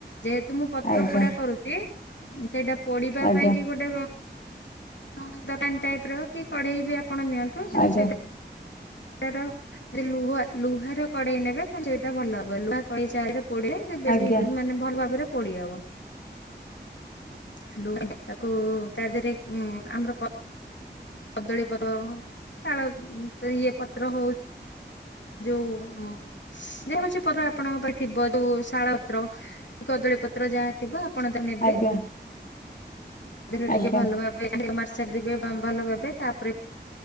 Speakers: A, on the left; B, on the left.
A: ଯେହେତୁ ମୁଁ ପତ୍ର
B: ଆଜ୍ଞା
A: ପୋଡା କରୁଛି ସେଇଟା ପଡିବା
B: ଆଜ୍ଞା
A: ପାଇଁ କି ଗୋଟେ ଦୋକାନ ଟାଇପ ର। କଢ଼େଇ ବି ଆପଣ ନିଅନ୍ତୁ କିନ୍ତୁ
B: ଆଜ୍ଞା
A: ସେଇଟା ର ଯେ ଲୁହା। ଲୁହାର ର କଡ଼େଇ ନେବେ ତାହେଲେ ସେଇଟା ଭଲ ହବ ଲୁହା କଡ଼େଇ ସାହାଯ୍ୟ ରେ ପୋଡିଲେ। ସେ ବେଶୀ
B: ଆଜ୍ଞା ଆଜ୍ଞା
A: ମାନେ ଭଲ ଭାବରେ ପୋଡି ହବ। ହାଲୋ ତାକୁ ତା ଦେହରେ ଉଁ। ଆମର କଦଳୀ ପତ୍ର ଶାଳ ଇଏ ପତ୍ର ହଉ। ଯୋଉ ଉମ ଯେ କୌଣସି ପତ୍ର ଆପଣଙ୍କ ପାଖରେ ଥିବ ଯୋଉ ଶାଳ ପତ୍ର କି କଦଳୀ ପ ତ୍ର ଯାହା ଥିବ ଆପଣ ତାକୁ ନେବେ।
B: ଆଜ୍ଞା
A: ତା ଧିଅରେ
B: ଆଜ୍ଞା
A: ଟିକେ ଭଲ
B: ଆଜ୍ଞା
A: ଭାବେ ଲ ମାରି ସାରି ଥିବେ ଭଲ ଭାବେ ତାପରେ।